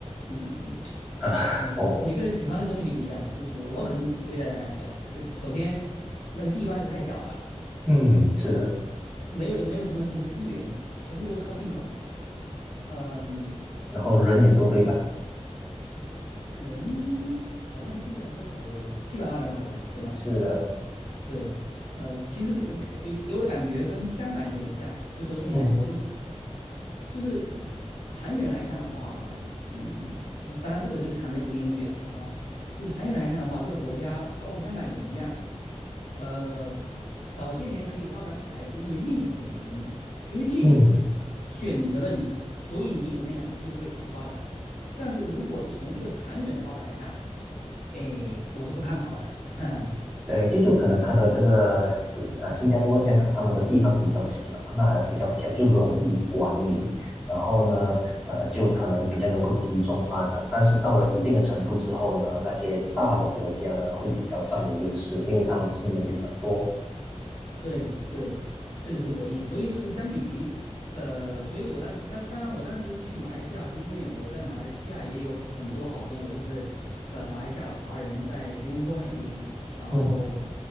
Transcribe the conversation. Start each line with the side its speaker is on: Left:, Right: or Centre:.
Left: 嗯嗯
Centre: 啊，
Left: 哎，每个每个人喜欢的东西不一样，
Centre: <laughs> 哦，
Left: 就是我我肯定不会待在那里边。呃，首先那个地方又太小了，
Centre: 嗯，是的，
Left: 没有也没有什么什么资源，全部都是靠进口。嗯，
Centre: 然后人也多，对吧？
Left: 人好像现在是多少有七百万人口吧，有吗？
Centre: 是的，
Left: 对，呃，其实给给有给我的感觉跟香港有点像，就总体来说，
Centre: 嗯
Left: 就是就是长远来看的话，嗯，当然这个就谈的有点远了哈。就是长远来看的话，这个国家包括香港也一样，呃，早些年可以发展起来是因为历史的原因，因为历史选择了你，
Centre: 嗯，
Left: 所以你有那样的机会去发展。但是如果从一个长远的发展来看，哎，我是不看好的。<laughs>
Centre: 对，就就可能它的这个比啊，新加坡和香港他们的地方比较小嘛，那比较小就容易管理，然后呢，呃，就可能比较能够集中发展。但是到了一定的程度之后呢，那些大的国家呢会比较占有优势，因为他们资源比较多。
Left: 对对，这就是我的意思。所以就是相比于，呃，所以我当时，当当然我当时去马来西亚是因为我在马来西亚也有很多好朋友，就是，呃，马来西亚的华人在吉隆坡那边，然后，
Centre: 嗯。